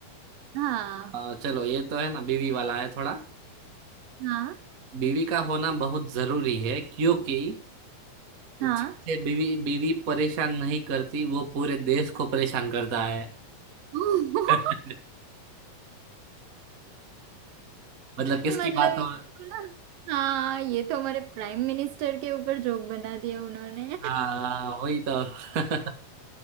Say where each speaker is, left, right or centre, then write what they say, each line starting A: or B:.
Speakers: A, on the right; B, on the right.
A: हाँ
B: अ, चलो ये तो है ना बीवी वाला है थोड़ा
A: हाँ
B: बीवी का होना बहुत जरूरी है क्योंकि जिससे
A: हाँ
B: बीवी बीवी परेशान नहीं करती वो पूरे देश को परेशान करता है
A: <laughs> मतलब
B: <laughs> मतलब किसकी
A: मतलब
B: बात
A: ये
B: हो
A: तो ना हाँ ये तो हमारे प्राइम मिनिस्टर के ऊपर जोक बना दिया उन्होंने
B: हाँ वही तो <laughs>